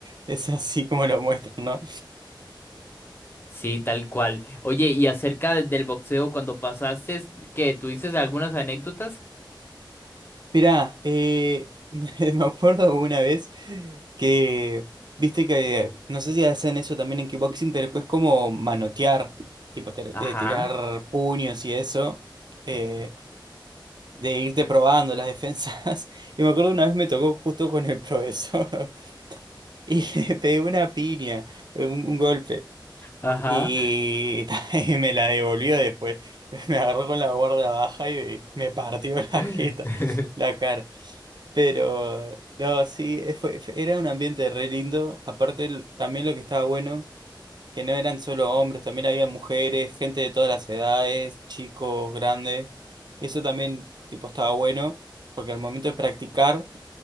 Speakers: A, on the right (about 60°); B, on the left (about 25°).
A: es así como lo muestran, ¿no?
B: Sí, tal cual. Oye, y acerca de- del boxeo, cuando pasaste, ¿qué? ¿Tuviste algunas anécdotas?
A: Mirá, eh, <laughs> me me acuerdo una vez que, viste que, no sé si hacen eso también en kickboxing, pero es como manotear, tipo ter-
B: Ajá,
A: eh, tirar puños y eso, eh, de irte probando las defensas. <laughs> Y me acuerdo una vez me tocó justo con el profesor <laughs> y le pegué una piña, eh, un, un golpe,
B: ajá.
A: y, <laughs> y me la devolvió después. Me agarró con la guardia baja y me partió la
B: <laughs>
A: jeta, la cara. Pero, no, sí, eh, fue- fue- era un ambiente re lindo. Aparte, el- también lo que estaba bueno, que no eran solo hombres, también había mujeres, gente de todas las edades, chicos, grandes. Eso también, tipo, estaba bueno, porque al momento de practicar,